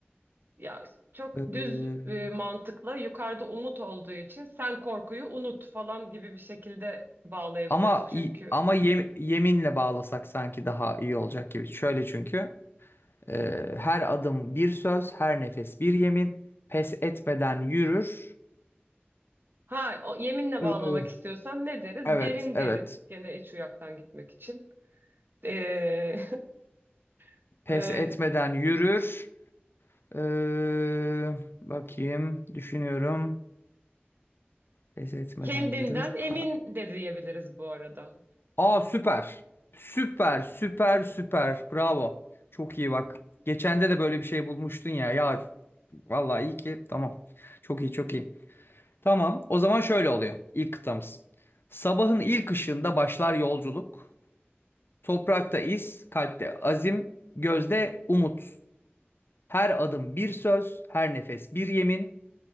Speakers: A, on the right; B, on the left.
A: Ya çok
B: Ee,
A: düz e, mantıkla yukarıda umut olduğu için sen korkuyu unut falan gibi bir şekilde bağlayabiliriz.
B: ama
A: Çünkü
B: ama yem- yeminle bağlasak sanki daha iyi olacak gibi. Şöyle çünkü e, her adım bir söz, her nefes bir yemin. Pes etmeden yürür.
A: ha o, yeminle
B: Ee,
A: bağlamak istiyorsan ne deriz?
B: evet,
A: Derin
B: evet.
A: deriz. Gene iç uyaktan gitmek için. Ee, <laughs>
B: Pes
A: e,
B: etmeden yürür. Ee, bakayım, düşünüyorum. Pes etmeden
A: Kendinden
B: yürür.
A: emin
B: Ka-
A: de diyebiliriz bu arada.
B: Aa süper. Süper, süper, süper. Bravo. Çok iyi bak. Geçende de böyle bir şey bulmuştun ya. Ya Vallahi iyi ki tamam. Çok iyi çok iyi. Tamam o zaman şöyle oluyor ilk kıtamız. Sabahın ilk ışığında başlar yolculuk. Toprakta iz, kalpte azim, gözde umut. Her adım bir söz, her nefes bir yemin.